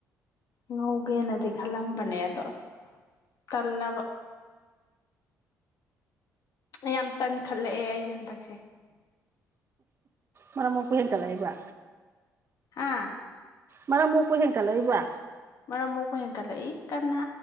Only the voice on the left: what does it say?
ꯉꯧꯒꯦꯅꯗꯤ ꯈꯜꯂꯝꯕꯅꯦ ꯑꯗꯣ ꯑꯁ ꯇꯜꯂꯕ ꯌꯥꯝ ꯇꯟꯈꯠꯂꯛꯑꯦ ꯑꯩꯁꯦ ꯍꯟꯗꯛꯁꯦ
ꯍꯥꯥ
ꯃꯅꯥ ꯃꯒ ꯍꯌꯦꯀꯂ ꯏ ꯀꯅꯥ